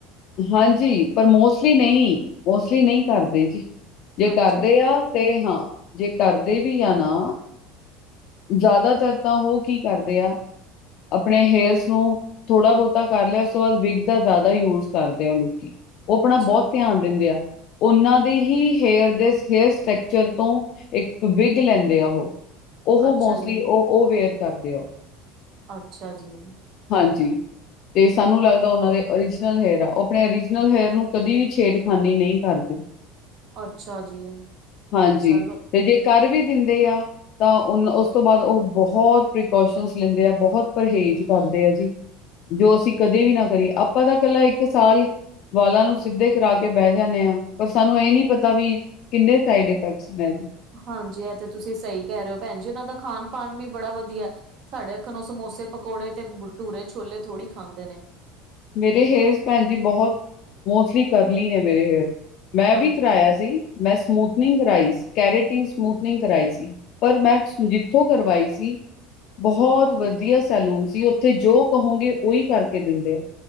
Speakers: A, on the left (about 55°); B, on the right (about 50°).
A: ਹਾਂਜੀ ਪਰ ਮੋਸਟਲੀ ਨਹੀਂ ਮੋਸਟਲੀ ਨਹੀਂ ਕਰਦੇ ਜੀ ਜੇ
B: ਅੱਛਾ
A: ਕਰਦੇ
B: ਜੀ,
A: ਆ ਤੇ ਹਾਂ ਜੇ ਕਰਦੇ ਵੀ ਆ ਨਾ ਜ਼ਿਆਦਾਤਰ ਤਾਂ ਓਹ ਕੀ ਕਰਦੇ ਆ ਆਪਣੇ ਹੇਅਰਸ ਨੂੰ ਥੋੜਾ ਬੋਤਾ ਕਰ ਲਿਆ ਉਸ ਤੋਂ ਬਾਦਆ ਵਿਗ ਦਾ ਜਾਦਾ ਯੂਜ ਕਰਦੇ ਆ ਲੋਕੀ। ਓ ਆਪਣਾ
B: ਅੱਛਾ,
A: ਬਹਤ ਧਿਆਨ ਦਿੰਦੇ ਆ। ਓਨਾਂ ਦੀ ਹੀ, ਹੇਅਰ ਦੇ ਹੇਅਰ ਸਟਕਚਰ ਤੋਂ, ਇੱਕ ਵਿਗ ਲੈਂਦੇ ਆ ਉਹ। ਓਹ
B: ਅੱਛਾ
A: ਮੋਸਟਲੀ
B: ਜੀ,
A: ਓ ਓਹ ਵੇਅਰ ਕਰਦੇ ਆ ਓਹ।
B: ਅੱਛਾ ਜੀ।
A: ਹਾਂਜੀ। ਤੇ ਸਾਨੂੰ ਲੱਗਦਾ ਓਨਾਂ ਦੇ ਓਰੀਜਨਲ ਹੇਅਰ ਆ। ਉਹ ਆਪਣੇ ਓਰੀਜਨਲ ਹੇਅਰ ਨੂੰ ਕਦੀ ਵੀ ਛੇੜਖਾਨੀ ਨਹੀ ਕਰਦੇ।
B: <inaudible> ਜੀ।
A: ਹਾਂਜੀ
B: ਚਲੋ
A: ਤੇ ਜੇ ਕਰ ਵੀ ਦਿੰਦੇ ਆ ਤਾਂ ਓਨ ਓਸ ਤੋਂ ਬਾਦਅ ਓਹ ਬੋਹਤ ਪ੍ਰੀਕੋਸ਼ਨ ਲੈਂਦੇ ਆ ਬੋਹਤ ਪਰਹੇਜ਼ ਕਰਦੇ ਆ ਜੀ। ਜੋ ਅਸੀਂ ਕਦੇ ਵੀ ਨਾ ਕਰੀਏ ਆਪਾਂ ਤਾਂ ਇਕੱਲਾ ਇੱਕ ਸਾਲ ਵਾਲਾਂ ਨੂੰ ਸਿੱਧੇ ਕਰਾ ਕੇ ਬਹਿ ਜਾਂਨੇ ਆਂ ਪਰ ਸਾਨੂੰ ਏ ਨੀ ਪਤਾ ਵੀ ਕਿੰਨੇ ਸਾਈਡ ਇਫੈਕਟਸ ਨੇ ਏਦੇ।
B: ਹਾਂਜੀ ਐ ਤੇ ਤੁਸੀਂ ਸਈ ਕੈ ਰੇ ਓ ਭੈਣ ਜੀ ਉਨਾਂ ਦਾ ਖਾਣ-ਪਾਂਨ ਵੀ ਬੜਾ ਵਧੀਆ। ਸਾਡੇ ਅੱਖ ਨੂੰ ਸਮੋਸੇ ਪਕੌੜੇ ਤੇ ਭਟੂਰੇ ਛੋਲੇ ਥੋੜ੍ਹੀ ਖਾਂਦੇ ਨੇ।
A: ਮੇਰੇ ਹੇਅਰਜ ਭੈਣ ਜੀ ਬੋਹਤ ਮੋਸਟਲੀ ਕਰਲੀ ਨੇ ਮੇਰੇ ਹੇਅਰ। ਮੈਂ
B: ਹਾਂਜੀ।
A: ਵੀ ਕਰਾਇਆ ਸੀ ਮੈਂ ਸਮੂਥਨਿੰਗ ਕਰਾਈ ਕੈਰੇਟੀਨ ਸਮੂਥਨਿੰਗ ਕਰਾਈ ਸੀ। ਪਰ ਮੈਂ ਜਿੱਥੋਂ ਕਰਵਾਈ ਸੀ ਬਹੁਤ ਵਧੀਆ ਸੈਲੂਨ ਸੀ ਉੱਥੇ ਜੋ ਕਹੋਗੇ ਓਈ ਕਰਕੇ ਦਿੰਦੇ ਆ।